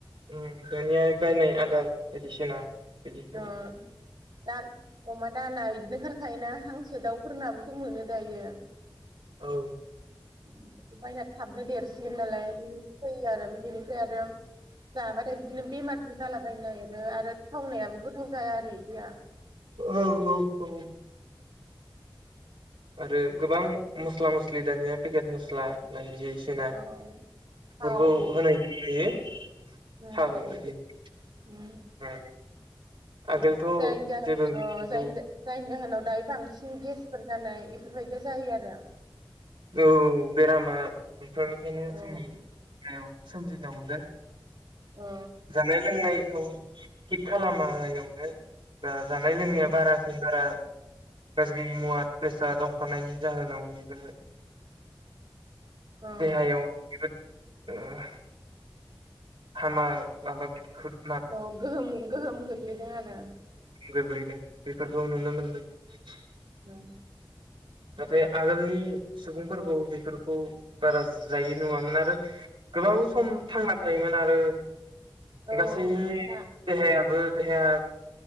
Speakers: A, on the right; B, on the right.
A: उम दानियाय बायनाय आदार बायदिसिना बिदिखौ
B: अ दा अमानि दाना बिदिनो ओंखारखायोना हांसो दाउफोरनाबोथ' मोनो दायो
A: औ
B: <unintelligible> बायना थाबनो देरसिगोन नालाय फैयो आरो बेनिफ्राय आरो जाबाथाय बिदिनो बेमारबो जालाबायनो नागिरो आरो थावनायाबो गोथाव जाया आरो इदिया
A: औ औ औ आरो गोबां मस्ला मस्लि दानिया पेकेट मस्ला बायदि जायो बायदिसिना
B: औ
A: बेफोरखौ
B: थाव
A: होनाय जायो थाव
B: उम उम
A: आगोलथ'
B: <unintelligible> बांसिन
A: जेबो मिथिगौ
B: गेसफोर जानाय एफोरबायदि जायो आरो
A: औ बेरामा बेफोरनिखायनो
B: औ
A: जोंनि <unintelligible> सोमजिनो मोनदों
B: औ
A: जानाय लोंनाय खौ थिक खालामावनो बा जानाय लोंनाया
B: औ
A: बारासिन बारा गाज्रि मुवा बेसाद दंखानायनायनि जाहोनाव बिफोर
B: औ
A: देहायाव <unintelligible> हामा बाबा <unintelligible>
B: औ गोहोम गोहोम खोख्लैदों आरो
A: गोग्लैदों बेफोरखौ नुनो मोनदों <unintelligible>
B: औ
A: नाथाय आगोलनि सुबुंफोरखौ बेफोरखौ बारा जायि नङामोन आरो गोलाव
B: औ
A: सम थांना थायोमोन आरो
B: औ
A: गासैनि
B: दा
A: देहायाबो देहाया